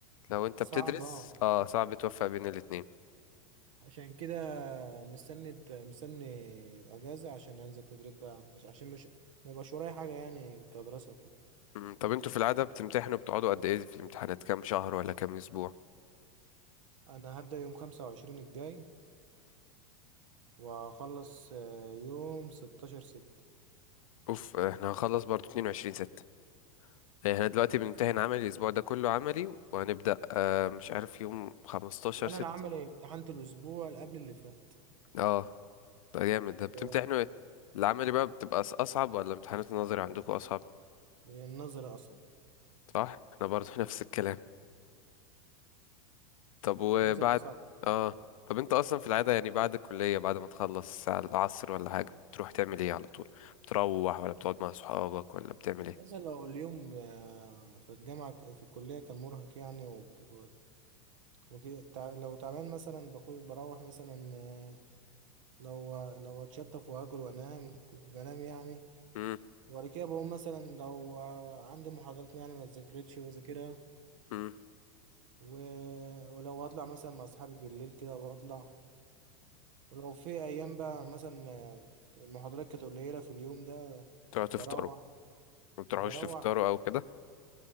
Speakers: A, on the left; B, on the right.
A: لو انت
B: صعب
A: بتدرس
B: آه.
A: اه صعب توفق بين الاتنين
B: عشان كده مستني الت- مستني الاجازه عشان انزل تدريب بقى مش عشان مش ما يبقاش ورايا حاجه يعني كدراسه وكده
A: مم. طب انتوا في العاده بتمتحنوا بتقعدوا قد ايه في الامتحانات كام شهر ولا كام اسبوع
B: انا هبدا يوم 25 الجاي واخلص آه، يوم 16 6
A: اوف احنا هنخلص برضو 22 6 احنا دلوقتي بنمتحن عملي الاسبوع ده كله عملي وهنبدأ آه مش عارف يوم 15
B: لا
A: 6
B: انا عامل إيه؟ امتحنت الاسبوع اللي قبل اللي فات
A: اه ده جامد ده بتمتحنوا
B: و-
A: ايه العملي بقى بتبقى أص- اصعب ولا امتحانات النظري عندكم اصعب
B: والنظر اصعب
A: صح احنا برضو <laughs> نفس الكلام طب وبعد
B: نظر اصعب
A: اه طب انت اصلا في العادة يعني بعد الكلية بعد ما تخلص على العصر ولا حاجة بتروح تعمل ايه على طول بتروح ولا بتقعد مع صحابك ولا بتعمل ايه
B: نظر لو اليوم آه، في الجامعه ك- في الكليه كان مرهق يعني وك- وك- وكده تع- لو تعبان مثلا باخد بروح مثلا آه، لو لو اتشطف واكل وانام كنت بنام يعني
A: امم
B: وبعد كده بقوم مثلا لو عندي محاضرات يعني ما اتذاكرتش بذاكرها
A: امم
B: و... ولو هطلع مثلا مع اصحابي بالليل كده بطلع ولو في ايام بقى مثلا المحاضرات كانت قليله في اليوم ده
A: تقعدوا تفطروا
B: بروح
A: ما بتروحوش
B: بروح
A: تفطروا او كده